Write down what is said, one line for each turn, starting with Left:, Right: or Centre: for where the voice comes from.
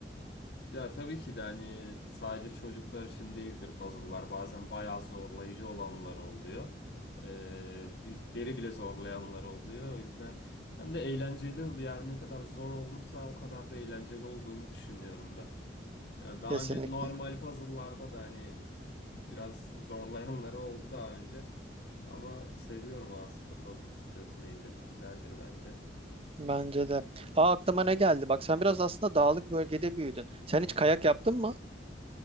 Left: Ya tabii ki de hani sadece çocuklar için değildir puzzle'lar. Bazen bayağı zorlayıcı olanlar oluyor. Ee, büyükleri bile zorlayanlar oluyor. O yüzden hem de eğlenceli oluyor. Her ne kadar zor olursa o kadar da eğlenceli olduğunu düşünüyorum ben. Yani daha
Right: Kesinlikle.
Left: önce normal puzzle'larda da hani biraz zorlayanları oldu daha önce. Ama seviyorum aslında puzzle çözmeyi de. Güzeldir bence.
Right: Bence de. Ha aklıma ne geldi? Bak sen biraz aslında dağlık bölgede büyüdün. Sen hiç kayak yaptın mı?